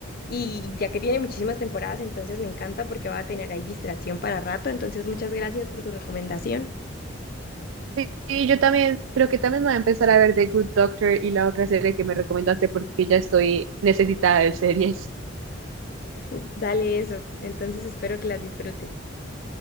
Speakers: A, on the left; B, on the right.
A: y ya que tiene muchísimas temporadas, entonces me encanta porque va a tener ahí distracción para rato. Entonces muchas gracias por tu recomendación.
B: Sí, sí, yo también creo que también voy a empezar a ver The Good Doctor y la otra serie que me recomendaste porque ya estoy necesitada de series.
A: Dale eso, entonces espero que las disfrutes.